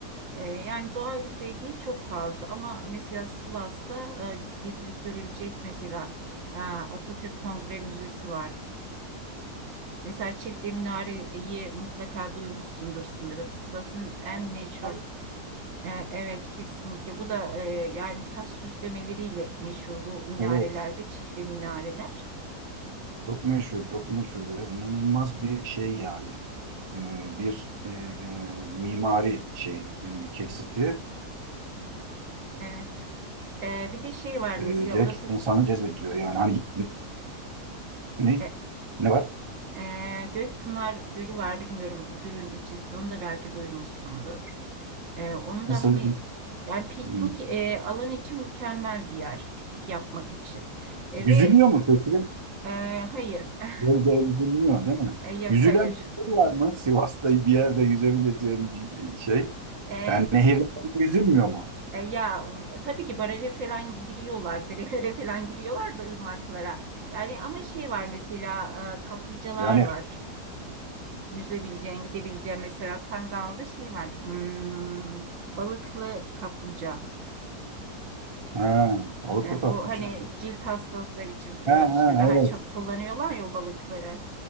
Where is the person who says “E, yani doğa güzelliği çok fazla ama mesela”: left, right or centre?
Right